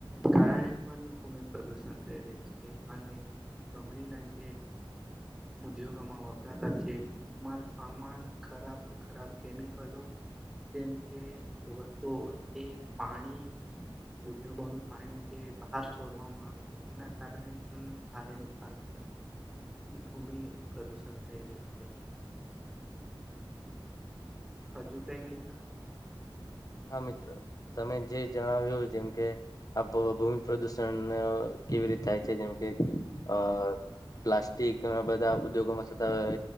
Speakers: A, in the centre; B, on the left (about 40°).
A: કારણે પણ ભૂમિ પ્રદુષણ થઈ રહી છે. અને કંપનીનાચ ઉદ્યોગોમાં વાપરાતા છે માલસામાન ખરાબ ખરાબ કેમિકલો જેમ કે વસ્તુ એ પાણી ઉદ્યોગોનું પાણી જે બહાર છોડવામાં આવે છે એના કારણે પણ ભારે નુકસાન થ ભૂમિ પ્રદૂષણ થઈ રહી છે. હજુ કઈ મિત્ર
B: હા મિત્રો તમે જે જણાવ્યું જેમ કે આપ ભૂમિ પ્રદૂષણ કેવી રીતે થાય છે જેમ કે અ પ્લાસ્ટિક ઘણા બધા ઉદ્યોગોમાં થતા.